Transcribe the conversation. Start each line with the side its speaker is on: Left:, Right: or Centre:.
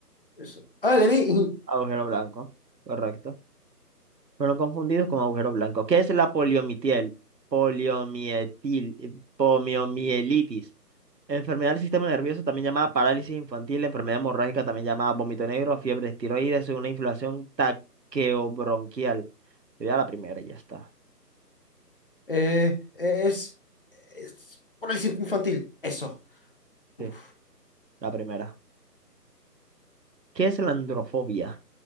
Left: Eso. Ah, le di.
Right: agujero blanco, correcto. Fueron confundidos con agujeros blancos. ¿Qué es la poliomielitis? Poliomietil, poliomielitis. Enfermedad del sistema nervioso, también llamada parálisis infantil, enfermedad hemorrágica, también llamada vómito negro, fiebre tiroides, una inflación taqueobronquial. Yo Ya la primera, y ya está.
Left: Eh, es, es parálisis infantil. Eso. Uf,
Right: Sí, la primera. ¿Qué es la androfobia?